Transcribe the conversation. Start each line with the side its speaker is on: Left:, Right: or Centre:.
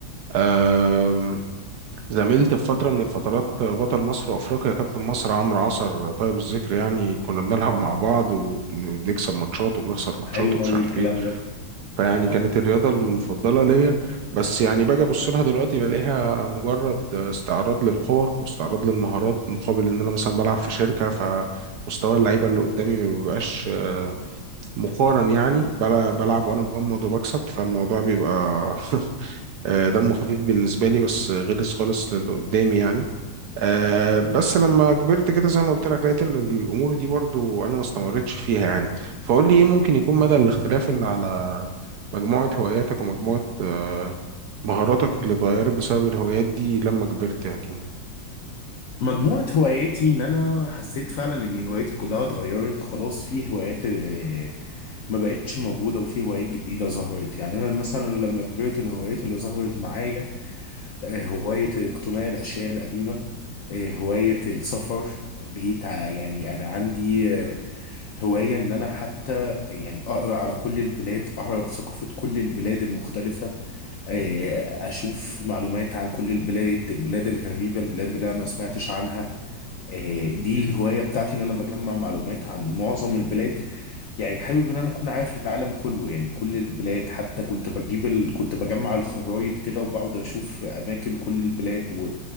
Right: أم، زميلت في فترة من الفترات بطل مصر وأفريقيا كابتن مصر عمرو عصر طيب الذكر يعني كنا بنلعب مع بعض وبنكسب ماتشات وبنخسر ماتشات
Left: حلو
Right: ومش
Left: قوي
Right: عارف
Left: الكلام
Right: إيه
Left: ده
Right: فيعني
Left: اه
Right: كانت الرياضة المفضلة ليا بس يعني باجي أبص لها دلوقتي بلاقيها مجرد استعراض للقوة واستعراض للمهارات مقابل إن أنا مثلا بلعب في شركة فمستوى اللعيبة اللي قدامي ما بيبقاش آه، مقارن يعني بل- بلعب وأنا مغمض وبكسب فالموضوع بيبقى <laughs> آه، دمه خفيف بالنسبة لي بس غلس خالص للي قدامي يعني أه بس لما كبرت كده زي ما قلت لك لقيت ان الامور دي برضو انا ما استمرتش فيها يعني فقول لي ايه ممكن يكون مدى الاختلاف اللي على مجموعة هواياتك ومجموعة أه مهاراتك اللي اتغيرت بسبب الهوايات دي لما كبرت يا كيمو
Left: مجموعة هواياتي ان انا حسيت فعلا ان هواياتي كلها اتغيرت خلاص في هوايات آه، ما بقتش موجودة وفي هوايات جديدة ظهرت يعني انا مثلا لما كبرت الهوايات اللي ظهرت معايا آه، هواية اقتناء الاشياء القديمة آه، هواية السفر بقيت ع- يعني انا عندي آه، هواية ان انا حتى يعني اقرا على كل البلاد اعرف ثقافة كل البلاد المختلفة آه، اشوف معلومات عن كل البلاد البلاد الغريبه البلاد اللي انا ما سمعتش عنها آه، دي الهوايه بتاعتي ان انا بجمع معلومات عن معظم البلاد يعني حابب ان انا اكون عارف العالم كله يعني كل البلاد حتى كنت بجيب ال... كنت بجمع الخرايط كده وبقعد اشوف اماكن كل البلاد و...